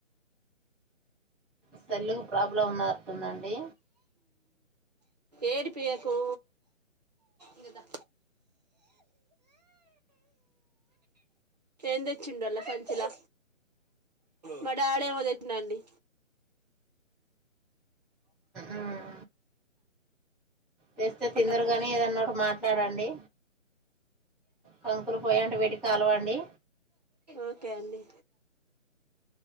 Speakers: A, in the centre; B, on the right.
A: సెల్లుకు ప్రాబ్లం ఉన్నట్టుందండి
B: ఏడిపియ్యకు ఇంగ దా ఏం తెచ్చిండు ఆళ్ల సంచలా మా డాడ్ ఏమో తెచ్చినండి
A: ఉమ్ తెస్తే తిందురు
B: అటండి
A: కాని ఏదన్నా ఒకటి మాట్లాడండి కంకులు పోయాంటి పెట్టి కాలవండి
B: ఓకే అండి